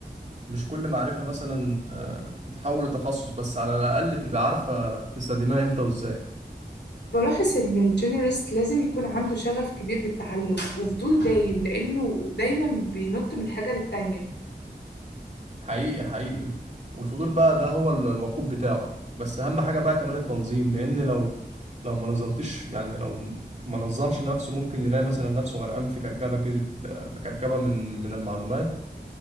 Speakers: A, on the right (about 45°); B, on the left (about 90°).
A: مش كل معرفة مثلا آه تتحول لتخصص بس على الأقل تبقى عارفة تستخدمها إمتى وإزاي
B: بلاحظ إن الجينيرست لازم يكون عنده شغف كبير بالتعلم وفضول دايم لأنه دايما بينط من حاجة للتانية
A: حقيقي حقيقي والفضول بقى ده هو ال- الوقود بتاعه بس اهم حاجة بقى كمان التنظيم لان لو لو ما نظمتش يعني لو ما نظمش نفسه ممكن يلاقي مثلا نفسه غرقان في كركبة كده في كركبة من من المعلومات